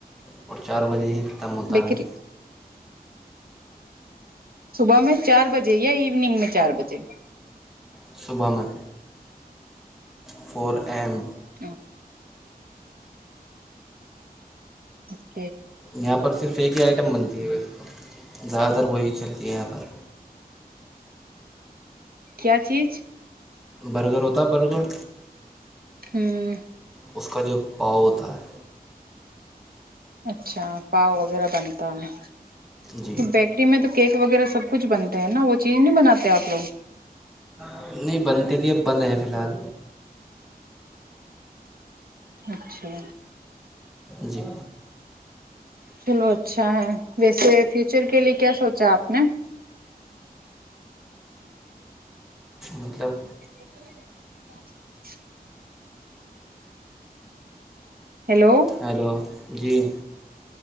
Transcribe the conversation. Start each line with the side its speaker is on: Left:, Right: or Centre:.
Centre: اور چار بجے ہی ختم ہوتا
Right: بیکری
Centre: ہے
Right: صبح میں چار بجے یا ایوننگ میں چار بجے
Centre: صبح میں فور ایم
Right: ہاں ہ
Centre: یہاں پر صرف ایک ہی آئٹم بنتی ہے زد ار کوئی چلد ہے پر
Right: کیا چیز
Centre: برگر ہوتا ہے برگر
Right: ہمم
Centre: اس کا جو پاؤ ہوتا ہے
Right: اچھا پاؤ وغیرہ بنتا ہے
Centre: جی
Right: بیکری میں تو کیک وغیرہ سب کچھ بنتا نا وہ چیز نہیں بناتے آپ لوگ
Centre: نہیں بنتی تھی اب بند ہے فی الحال
Right: اچھا
Centre: جی
Right: چلو اچھا ہے ویسے فیوچر کے لیے کیا سونچا آپ نے
Centre: مطلب
Right: <unintelligible> ہیلو
Centre: ہیلو جی